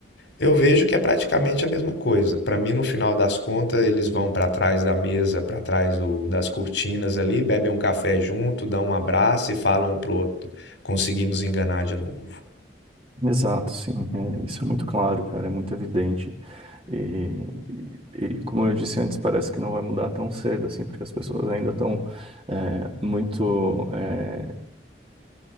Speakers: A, on the left (about 80°); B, on the right (about 30°).
A: Eu vejo que é praticamente a mesma coisa. Para mim, no final das contas, eles vão para trás da mesa, para trás do, das cortinas ali, bebem um café junto, dão um abraço e falam um pro outro, conseguimos enganar de novo.
B: Exato, sim, é, isso é muito claro, cara, é muito evidente. E, e- e como eu disse antes, parece que não vai mudar tão cedo, assim, porque as pessoas ainda estão é, muito. é,